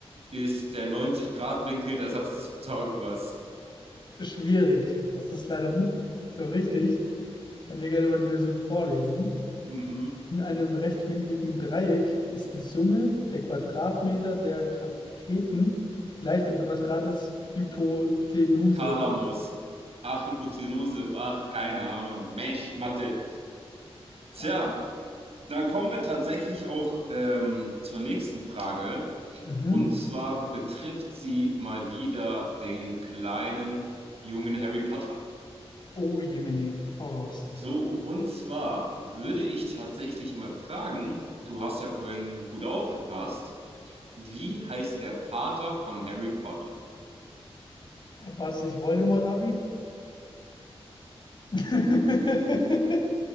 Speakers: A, on the right; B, on the left.
A: ist der neunzig grad winkel der Satz des Pythagoras.
B: Schwierig. Das ist leider nicht so richtig. Ich kann dir gerne mal die Lösung vorlesen.
A: Mhm.
B: In einem rechtwinkligen Dreieck ist die Summe der Quadratmeter der Katheten gleich dem Quadrat des Hypotenuse.
A: Thalamus. Ach, Hypotenuse. Ach, keine Ahnung. Mensch, Mathe. Tja,
B: Ja.
A: dann kommen wir tatsächlich auch ähm, zur nächsten Frage.
B: Mhm.
A: Und zwar betrifft sie mal wieder den kleinen jungen Harry Potter.
B: Oh, Jemine, hau raus.
A: So, und zwar würde ich tatsächlich mal fragen, du hast ja vorhin gut aufgepasst, wie heißt der Vater von Harry Potter?
B: Ja, War das nicht Voldemort-Abi? <laughs>